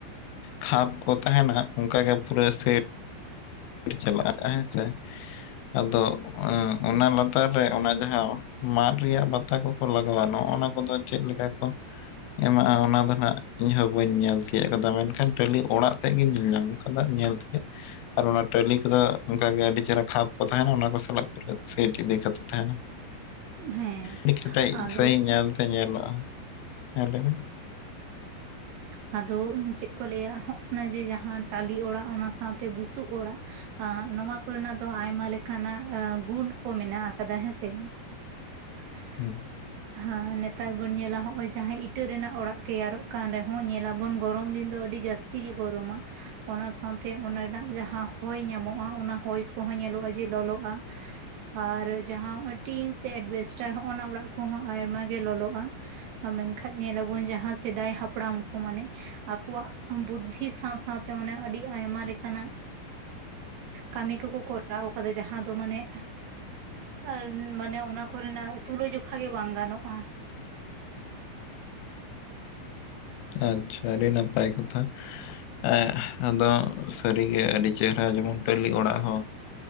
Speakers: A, on the left; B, on the right.
A: ᱠᱷᱟᱯ ᱠᱚ ᱛᱟᱦᱮᱱᱟ ᱚᱱᱠᱟ ᱜᱮ ᱯᱩᱨᱟᱹ ᱥᱮᱴ ᱪᱟᱞᱟᱜ-ᱟ ᱦᱮᱸ ᱥᱮ ᱟᱫᱚ ᱚᱱᱟ ᱞᱟᱛᱟᱨ ᱨᱮ ᱚᱱᱟ ᱡᱟᱸᱦᱟ ᱢᱟᱜ ᱨᱮᱭᱟᱜ ᱵᱟᱛᱟ ᱠᱚᱠᱚ ᱞᱟᱜᱟᱣ-ᱟ ᱱᱚᱼᱱᱟ ᱠᱚᱫᱚ ᱪᱮᱫ ᱞᱮᱠᱟ ᱠᱚ ᱮᱢᱟᱜ-ᱟ ᱚᱱᱟ ᱫᱚ ᱱᱟᱜ ᱤᱧ ᱦᱚᱸ ᱵᱟᱹᱧ ᱧᱮᱞ ᱛᱤᱭᱳᱜ ᱠᱟᱫᱟ ᱢᱮᱱᱠᱷᱟᱱ ᱴᱟᱹᱞᱤ ᱚᱲᱟᱜ ᱛᱮᱜ ᱜᱤᱧ ᱧᱮᱞ ᱧᱟᱢ ᱠᱟᱫᱟ ᱧᱮᱞ ᱛᱤᱭᱟᱜ ᱟᱨ ᱚᱱᱟ ᱴᱟᱞᱤ ᱠᱚ ᱫᱚ ᱚᱱᱠᱟ ᱜᱮ ᱟᱹᱰᱤ ᱪᱮᱦᱨᱟ ᱠᱷᱟᱯ ᱠᱚ ᱛᱟᱸᱦᱮᱱᱟ ᱚᱱᱟ ᱠᱚ ᱥᱟᱞᱟᱜ ᱥᱮᱴ ᱤᱫᱤ ᱠᱟᱛᱮ ᱛᱟᱦᱮᱱᱟ
B: ᱦᱮᱸ,
A: ᱟᱹᱰᱤ ᱠᱮᱴᱮᱡ
B: ᱟᱫᱚ
A: ᱥᱟᱹᱦᱤᱡ ᱧᱮᱞ ᱛᱮ ᱧᱮᱞᱚᱜ-ᱟ, <inaudible>
B: ᱦᱮᱸᱻ ᱟᱫᱚ ᱪᱮᱜ ᱠᱚ ᱞᱟᱹᱭ-ᱟ ᱦᱚᱸᱱᱟ- ᱡᱮ ᱡᱟᱦᱟᱸ ᱴᱟᱞᱤ ᱚᱲᱟᱜ ᱚᱱᱟ ᱥᱟᱶᱛᱮ ᱵᱩᱥᱩᱵ ᱚᱲᱟᱜ ᱮᱸ ᱱᱚᱣᱟ ᱠᱚᱨᱮ ᱱᱟᱜ ᱫᱚ ᱟᱭᱢᱟ ᱞᱮᱠᱟᱱᱟᱜ ᱜᱩᱱ ᱠᱚ ᱢᱮᱱᱟᱜ ᱟᱠᱟᱫᱟ ᱦᱮᱸ ᱥᱮ <unintelligible>
A: ᱦᱩᱸ
B: ᱦᱟᱸ ᱱᱮᱛᱟᱨ ᱵᱚᱱ ᱧᱮᱞᱟ ᱦᱚᱸᱜ-ᱚᱭ ᱡᱟᱸᱦᱟ ᱤᱴᱟᱹ ᱨᱮᱱᱟᱜ ᱚᱲᱟᱜ ᱛᱮᱭᱟᱨᱚᱜ ᱠᱟᱱ ᱨᱮᱸ ᱦᱚ ᱧᱮᱞᱟ ᱵᱚᱱ ᱜᱚᱨᱚᱢ ᱫᱤᱱ ᱫᱚ ᱟᱹᱰᱤ ᱡᱟᱹᱥᱛᱤ ᱜᱮ ᱜᱚᱨᱚᱢᱟ ᱚᱱᱟ ᱥᱟᱶ ᱛᱮ ᱚᱱᱟ ᱨᱮᱱᱟᱜ ᱡᱟᱦᱟᱸ ᱦᱚᱭ ᱧᱟᱢᱚᱜ-ᱟ ᱚᱱᱟ ᱦᱚᱭ ᱠᱚᱸᱦᱚ ᱧᱮᱞᱚᱜ-ᱟ ᱡᱮ ᱞᱚᱞᱚᱜ-ᱟ ᱟᱨ ᱡᱟᱸᱦᱟ ᱱᱚ-ᱚᱭ ᱴᱤᱱ ᱥᱮ ᱮᱰᱵᱮᱥᱴᱟᱨ ᱦᱚᱸ-ᱱᱟ ᱚᱲᱟᱜ ᱠᱚᱸ ᱦᱚ ᱟᱭᱢᱟᱜ ᱜᱮ ᱞᱚᱞᱚᱜ-ᱟ ᱢᱮᱱᱠᱷᱟᱱ ᱧᱮᱞ ᱟᱵᱚ ᱵᱚᱱ ᱡᱟᱸᱦᱟ ᱥᱮᱫᱟᱭ ᱦᱟᱯᱲᱟᱢ ᱠᱚ ᱢᱟᱱᱮ ᱟᱠᱚᱟᱜ ᱵᱩᱫᱫᱷᱤ ᱥᱟᱶ ᱥᱟᱶᱛᱮ ᱢᱟᱱᱮ ᱟᱹᱰᱤ ᱟᱭᱢᱟ ᱞᱮᱠᱟ ᱠᱟᱱᱟ ᱠᱟᱹᱢᱤ ᱠᱚᱠᱚ ᱠᱚᱨᱟᱣ ᱠᱟᱫᱟ ᱡᱟᱦᱟᱸ ᱫᱚ ᱢᱟᱱᱮ ᱟᱨ ᱢᱟᱱᱮ ᱚᱱᱟ ᱠᱚᱨᱮᱱᱟᱜ ᱛᱩᱞᱟᱹ ᱡᱚᱠᱷᱟ ᱜᱮ ᱵᱟᱝ ᱜᱟᱱᱚᱜ-ᱟ
A: ᱟᱪᱪᱷᱟ ᱟᱹᱰᱤ ᱱᱟᱯᱟᱭ ᱠᱟᱛᱷᱟ ᱮ ᱟᱫᱚ ᱥᱟᱨᱤ ᱜᱮ ᱟᱹᱰᱤ ᱪᱮᱦᱨᱟ ᱡᱮᱢᱚᱱ ᱴᱟᱹᱞᱤ ᱚᱲᱟᱜ ᱦᱚᱸ